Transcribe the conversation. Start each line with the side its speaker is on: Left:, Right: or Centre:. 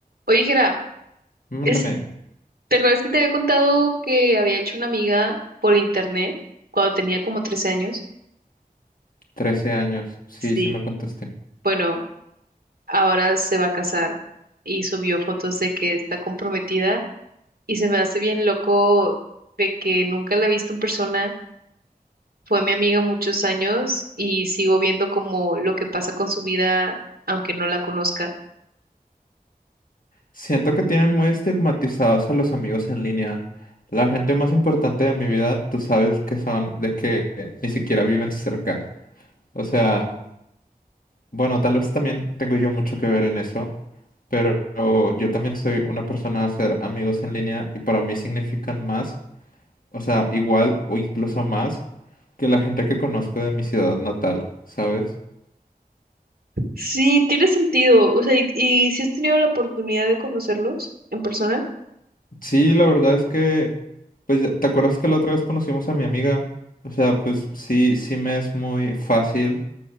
Right: Oye, Jera,
Left: Mándame
Right: es- ¿te acuerdas que te había contado que había hecho una amiga por internet cuando tenía como 13 años?
Left: trece años. Sí,
Right: Sí.
Left: sí me contesté.
Right: Bueno, ahora se va a casar y subió fotos de que está comprometida y se me hace bien loco de que nunca la he visto en persona. Fue mi amiga muchos años y sigo viendo como lo que pasa con su vida aunque no la conozca.
Left: Siento que tienen muy estigmatizados a los amigos en línea. La gente más importante de mi vida, tú sabes que son de que ni siquiera viven cerca. O sea, bueno, tal vez también tengo yo mucho que ver en eso, pero yo también soy una persona a hacer amigos en línea y para mí significan más, o sea, igual o incluso más que la gente que conozco de mi ciudad natal, ¿sabes?
Right: Sí, tiene sentido. O sea, ¿y, y si has tenido la oportunidad de conocerlos en persona?
Left: Sí, la verdad es que, pues, ya- ¿te acuerdas que la otra vez conocimos a mi amiga? O sea, pues sí, sí me es muy fácil